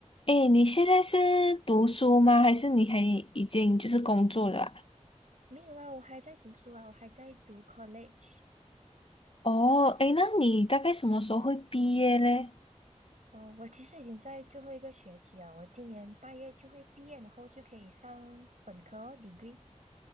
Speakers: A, on the left; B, on the right.
A: 诶，你现在是读书吗？还是你还已经就是工作了啊
B: 没有啊，我还在读书啊，我还在读 college。
A: 哦，诶，那你大概什么时候会毕业嘞？
B: 嗯、我其实已经在最后一个学期啊，我今年八月就会毕业，然后就可以上本科哦 degree。